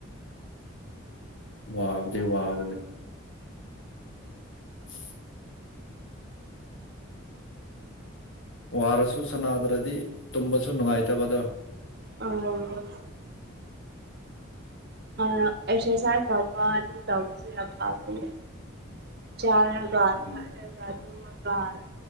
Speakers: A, on the left; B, on the right.
A: ꯋꯥꯕꯗꯤ ꯋꯥꯕꯅꯦ <unintelligible> ꯋꯥꯔꯁꯨ ꯁꯅꯥꯗ꯭ꯔꯗꯤ ꯇꯨꯝꯕꯁꯨ ꯅꯨꯡꯉꯥꯏꯇꯕꯗꯣ
B: ꯑꯣ ꯀ ꯑꯁꯁꯥꯏ ꯇ ꯄꯥ ꯑꯗꯨ ꯇꯥꯃꯁꯤ ꯑꯈꯥꯕꯅꯤ ꯆꯥꯔꯒꯒꯥꯊ
A: ꯎꯝ
B: ꯒꯥꯊ